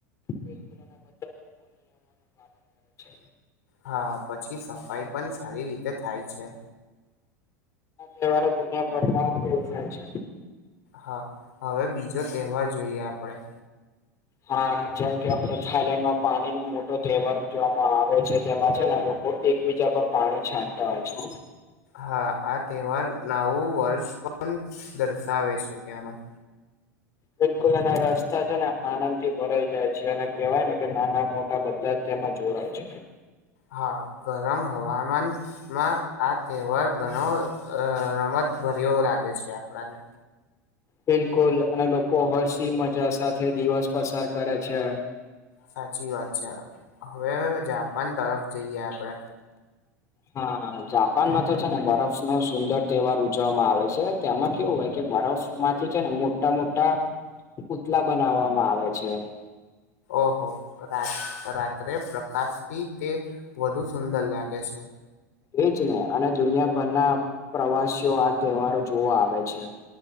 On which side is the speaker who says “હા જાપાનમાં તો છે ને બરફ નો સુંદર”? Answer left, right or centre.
Left